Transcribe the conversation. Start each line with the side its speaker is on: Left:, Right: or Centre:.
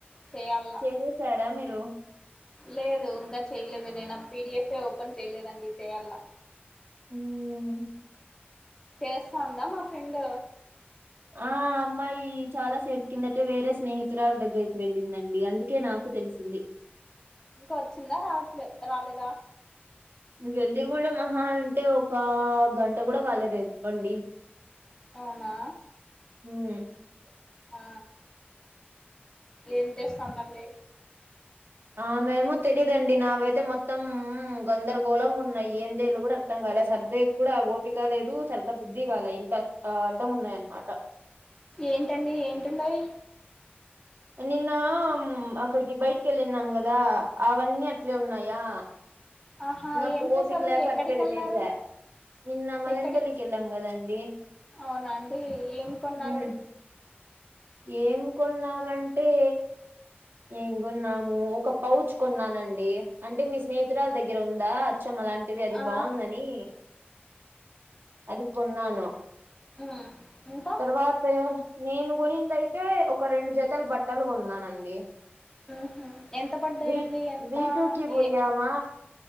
Left: చేయాల
Right: చూసారా మీరు
Left: లేదు ఇంకా చేయలేదు నేను ఆ పిడిఎఫ్ యే ఒపెన్ చేయలేదండి చేయ్యాల
Right: ఉం
Left: చేస్తాందా మా ఫ్రెండ్
Right: ఆ అమ్మాయి చాలా సేపు కిందటే వేరే స్నేహితురాల దగ్గరికి వెళ్ళిందండి అందుకే నాకు తెలిసింది
Left: ఇంకా వచ్చిందా రావట్లే రాలేదా
Right: ఇంగ వెల్లి కూడా మహా అంటే ఒక గంట గూడ కాలేదు అండి
Left: అవునా
Right: ఉం
Left: ఆ ఏం చేస్తందండీ
Right: ఆమే ఏమో తెలీదండి నావైతే మొత్తం ఉం గందరగోళంగా ఉన్నాయి ఏం చేయలో కూడా అర్థం కాలే సర్దే కూడా ఓపిక లేదు సర్దా బుద్ధి కాలే ఇంత అడ్డం ఉన్నాయ అన్నమాట
Left: ఏంటండి ఎంట్టండాయి
Right: నిన్న మా అక్కడికి బయటికి వెళ్ళన్నాం కదా అవన్నీ అట్లే ఉన్నాయా
Left: ఆహా
Right: నాకు
Left: ఏం చేసారు
Right: ఓపిక లేక
Left: ఎక్కడికి
Right: అట్లే
Left: వెళ్లారు
Right: పెట్టేసా. నిన్న మదనపల్లికి
Left: ఎక్కడికి
Right: వెళ్ళాం కదండి
Left: అవునా అండి ఏం కొన్నారు
Right: ఉమ్, ఏం కొన్నామంటే ఏం కొన్నాము ఒక పౌచ్ కొన్నానండి అంటే మీ స్నేహితురాల దగ్గర ఉందా అచ్చం అలాం అది
Left: ఆ
Right: బాగుందని అది కొన్నాను
Left: హుమ్ ఇంక
Right: తర్వాత నేను కొనిందయితే ఒక రెండు జతలు బట్టలు కొన్నానండి
Left: హూ హమ్ ఎంత పడ్డాయండి
Right: వీ
Left: ఎంత
Right: వీటూకి పోయామా
Left: ఏ